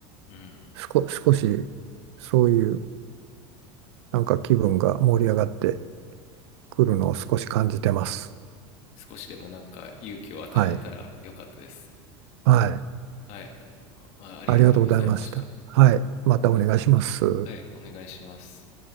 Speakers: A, on the left; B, on the right.
A: うん。
B: 少、少し、そういう、なんか気分が盛り上がってくるのを少し感じてます。
A: 少しでもなんか勇気を与えれたらよかったです。
B: はい。はい。
A: はい。あまありがとうございました。
B: ありがとうございました。はい。またお願いします。
A: はい、お願いします。